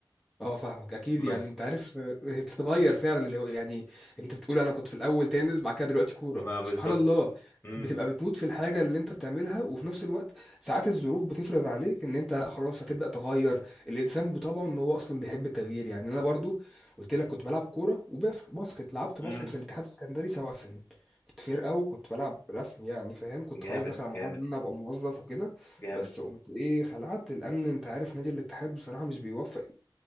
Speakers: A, in the centre; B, on the left.
A: اه فاهمك اكيد
B: بس
A: يعني انت عارف آه، هي بتتغير فعلا اللي هو يعني انت بتقول انا كنت في الاول تنس بعد كده دلوقتي كوره
B: ما بالظبط
A: سبحان الله
B: امم
A: بتبقى بتموت في الحاجه اللي انت بتعملها وفي نفس الوقت ساعات الظروف بتفرض عليك ان انت لا خلاص هتبدا تغير الانسان طبعا ان هو اصلا بيحب التغيير يعني انا برضو قلت لك كنت بلعب كوره وباسكت باسكت لعبت
B: امم
A: باسكت في الاتحاد السكندري سبع سنين كنت فرقه وكنت بلعب رسم يعني فاهم كنت
B: جامد
A: خلاص داخل على
B: جامد
A: مرحله ان انا ابقى موظف وكده
B: جامد
A: بس قمت ايه خلعت لان انت عارف نادي الاتحاد بصراحه مش بيوفق